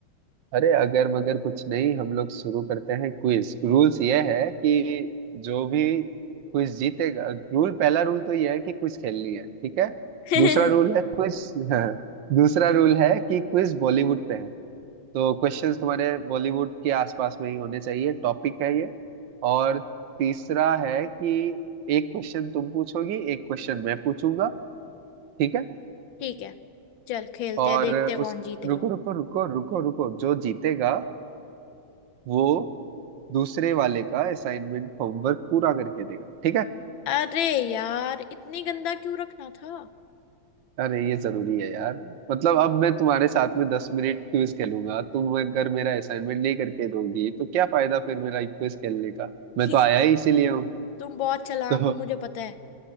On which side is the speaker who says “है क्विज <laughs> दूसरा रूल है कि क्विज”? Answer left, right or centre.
Right